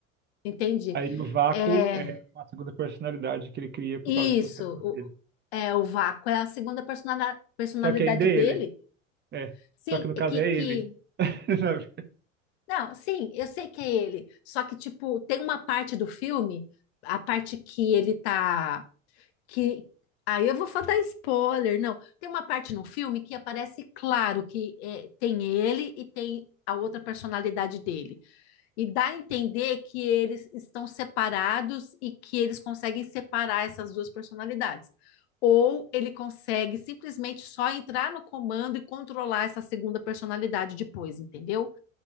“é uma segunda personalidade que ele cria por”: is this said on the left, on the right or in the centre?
Right